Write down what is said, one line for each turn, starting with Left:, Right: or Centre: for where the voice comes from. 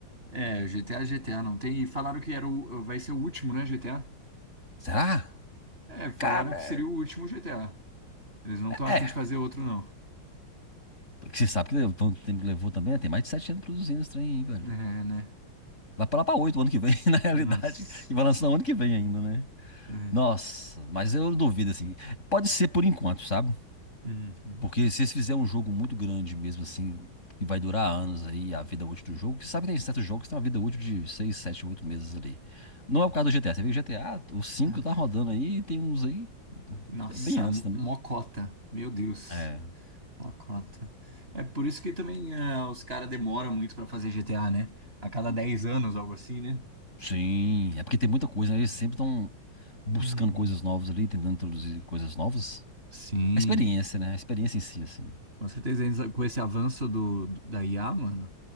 Right: É, GTA, GTA não tem. E falaram que era o, vai ser o último, né, GTA?
Left: Será?
Right: É, falaram
Left: Cara,
Right: que seria o último GTA. Eles não estão
Left: é,
Right: afim de fazer outro, não.
Left: Porque você sabe que levou, tanto tempo que levou também, né? Tem mais de sete anos produzindo esse trem aí, velho.
Right: É, né?
Left: Vai pra lá pra oito ano que vem, <laughs> na realidade.
Right: Nossa.
Left: E vai lançar o ano que vem ainda, né?
Right: É.
Left: Nossa, mas eu duvido, assim. Pode ser por enquanto, sabe?
Right: Uhum.
Left: Porque se eles fizerem um jogo muito grande mesmo, assim, que vai durar anos aí, a vida útil do jogo, que sabe que tem certos jogos que tem uma vida útil de seis, sete, oito meses ali. Não é o caso do GTA. Você vê que o GTA, o cinco
Right: Ah,
Left: tá rodando aí, e tem uns aí
Right: Nossa,
Left: bem antes também.
Right: mocota. Meu Deus.
Left: É.
Right: Uma cota. É por isso que também eh, os caras demoram muito pra fazer GTA, né? A cada 10 anos, algo assim, né?
Left: Sim, é porque tem muita coisa, né? Eles sempre estão buscando
Right: Uhum.
Left: coisas novas ali, tentando introduzir coisas novas.
Right: Sim,
Left: A experiência, né? A experiência em si, assim.
Right: com certeza eles- com esse avanço do, do- da IA, mano.